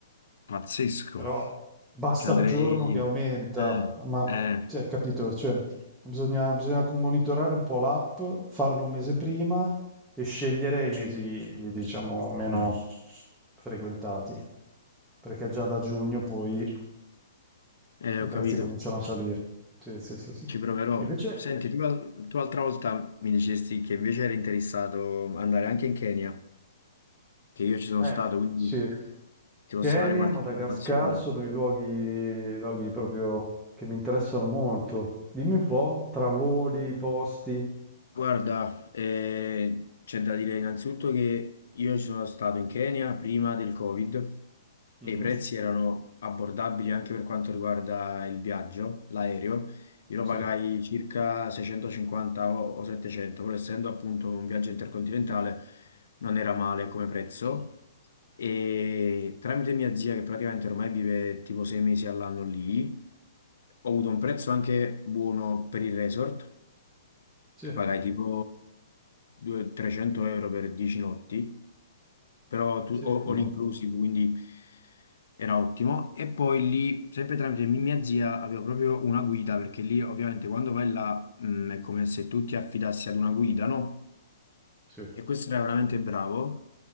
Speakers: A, on the left (about 75°); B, in the centre.
A: Pazzesco.
B: Però basta
A: Ci andrei...
B: un giorno che aumenta,
A: Eh,
B: ma
A: eh,
B: cioè, capito? Cioè, bisogna, bisogna monitorare un po' l'app, farlo un mese prima e scegliere i mesi, diciamo, meno
A: mm.
B: frequentati, perché già da giugno poi
A: Eh,
B: i
A: ho
B: prezzi
A: capito,
B: cominciano a salire. Sì, sì, sì, sì.
A: ci proverò.
B: Invece,
A: Senti, tu, l'al- tu l'altra volta mi dicesti che invece eri interessato ad andare anche in Kenya, che io ci sono
B: eh,
A: stato, quindi
B: sì.
A: ti posso
B: Kenya,
A: dare qualche
B: Madagascar
A: informazione.
B: sono i luoghi, luoghi proprio che mi interessano molto. Dimmi un po', tra voli, posti.
A: Guarda, eh, c'è da dire innanzitutto che io ci sono stato in Kenya prima del Covid
B: Mhm.
A: e i prezzi erano abbordabili anche per quanto riguarda il viaggio, l'aereo. Io lo
B: Sì,
A: pagai circa 650 o o 700, pur essendo appunto un viaggio intercontinentale, non era male come prezzo.
B: certo.
A: E tramite mia zia, che praticamente ormai vive tipo sei mesi all'anno lì, ho avuto un prezzo anche buono per il resort
B: Sì,
A: Pagai tipo due- 300 euro per 10 notti, però tu,
B: sì,
A: o-
B: buono,
A: all inclusive, quindi era ottimo. E poi lì, sempre tramite mi- mia zia, avevo proprio una guida, perché lì ovviamente quando vai là, mh, è come se tu ti affidassi ad una guida, no?
B: sì. Eh,
A: E questo era veramente bravo.